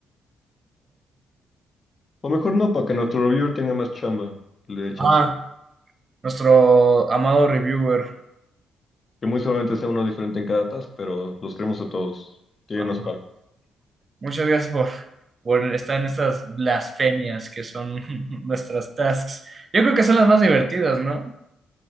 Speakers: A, on the left (about 35°); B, on the right (about 35°).
A: O mejor no, para que nuestro reviewer tenga más chamba, que le dé chance.
B: Ah, nuestro amado reviewer.
A: Que muy seguramente sea uno diferente en cada task, pero los queremos a todos. Que
B: Ajá.
A: nos paro.
B: Muchas gracias por, por estar en estas blasfemias que son <laughs> nuestras tasks. Yo creo que son las más divertidas, ¿no?